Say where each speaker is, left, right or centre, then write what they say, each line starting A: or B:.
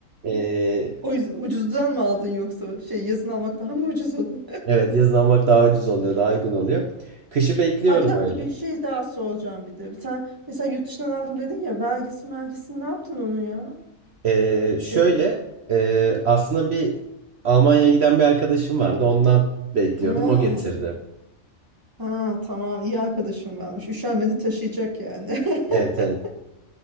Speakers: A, on the right (about 55°); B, on the right (about 15°).
A: Ee,
B: O yüzden ucuzdan mı aldın yoksa şey yazın almak daha mı ucuz oluyor?
A: Evet yazın almak daha ucuz oluyor, daha uygun oluyor. Kışı
B: <laughs>
A: bekliyorum
B: Aa, bir dakika
A: öyle.
B: bir şey daha soracağım bir de. Sen mesela yurt dışından aldım dedin ya vergisi vergisini ne yaptın onun ya?
A: Ee,
B: Şey
A: şöyle e, aslında bir Almanya'ya giden bir arkadaşım vardı. Ondan bekliyordum.
B: ha,
A: O getirdi.
B: ha tamam iyi arkadaşım varmış. Üşenmedi taşıyacak yani.
A: Evet
B: <laughs>
A: evet.